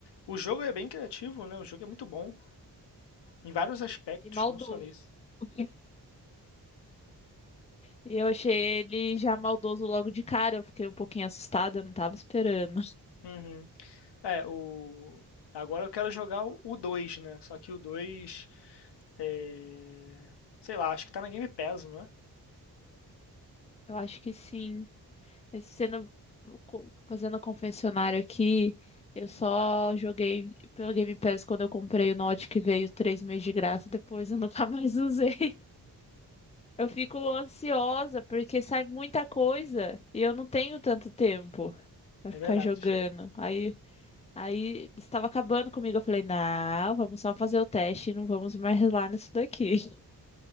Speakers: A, on the left; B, on the left.
A: O jogo é bem criativo, né? O jogo é muito bom em vários aspectos,
B: E maldoso.
A: não só nesse.
B: E e eu achei ele já maldoso logo de cara, eu fiquei um pouquinho assustada, eu não tava esperando.
A: Uhum. É, o agora eu quero jogar o o 2, né? Só que o 2 é... sei lá, acho que tá na Game Pass, não é?
B: Eu acho que sim. Esse Sendo, co- fazendo a confessionário aqui, eu só joguei pelo Game Pass quando eu comprei o Note que veio três meses de graça, <laughs> depois eu nunca <laughs> mais usei. Eu fico ansiosa porque sai muita coisa e eu não tenho tanto tempo pra
A: É
B: ficar
A: verdade.
B: jogando. Aí, aí estava acabando comigo, eu falei, não, vamos só fazer o teste e não vamos mais lá nisso daqui. <laughs>